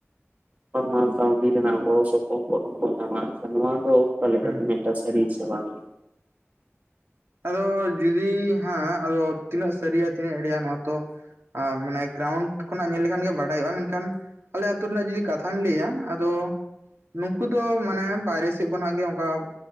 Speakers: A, on the right; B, on the right.
A: <inaudible> ᱥᱟᱶᱛᱤ ᱨᱮᱱᱟᱜ ᱜᱚᱲᱚ ᱥᱚᱯᱚ ᱠᱟᱱᱟ ᱟᱵᱚ ᱥᱚᱯᱚ ᱦᱚᱫ ᱵᱚ ᱧᱟᱢᱟ ᱱᱟᱶᱟ ᱫᱚ ᱟᱠᱟᱞᱮᱠᱟ?
B: ᱦᱩᱸ
A: ᱢᱤᱫᱴᱮᱱ ᱥᱟᱹᱨᱲ ᱥᱮ ᱵᱟᱝ?
B: ᱟᱫᱚ ᱡᱩᱫᱤ ᱦᱮᱸ ᱟᱫᱚ ᱛᱤᱱᱟᱹᱜ ᱥᱟᱹᱨᱤᱭᱟ ᱛᱤᱱᱟᱹᱜ ᱮᱲᱮᱭᱟ ᱱᱚᱣᱟ ᱛᱚ, ᱢᱟᱱᱮ ᱜᱨᱟᱣᱩᱱᱰ ᱠᱷᱚᱱᱟᱜ ᱧᱮᱞ ᱞᱮᱠᱷᱟᱱ ᱜᱮ ᱵᱟᱰᱟᱭᱚᱜᱼᱟ ᱢᱮᱱᱠᱷᱟᱱ ᱟᱞᱮ ᱟᱹᱛᱩ ᱨᱮᱱᱟᱜ ᱡᱩᱫᱤ ᱠᱟᱛᱷᱟᱹᱧ ᱞᱟᱹᱭᱟ ᱟᱫᱚ, ᱱᱩᱠᱩ ᱫᱚ ᱢᱟᱱᱮ ᱵᱟᱦᱨᱮ ᱥᱮᱫ ᱠᱷᱚᱱᱟᱜ ᱜᱮ ᱚᱱᱠᱟ,